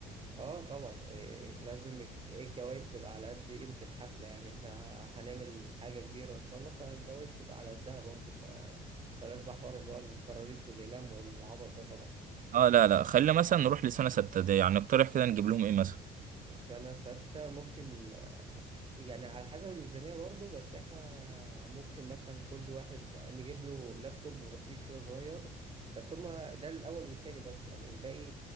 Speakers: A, on the right; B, on the right.
A: اه طبعا إيه لازم الج- الجوايز تبقى على قد قيمة الحفلة يعني احنا هنعمل حاجة كبيرة ان شاء الله فالجوايز تبقى على قدها برضه ما بلاش بقى حوار اللي هو الكراريس والإقلام والعبط ده طبعا
B: اه لا لا خلينا مثلا نروح لسنة ستة دي يعني نقترح كده نجيب لهم ايه مثلا
A: السنة الستة ممكن آه، يعني على حسب الميزانية برضه بس احنا ممكن مثلا كل واحد نجيب له لابتوب بسيط كده صغير بس هما ده الأول والتاني بس يعني الباقي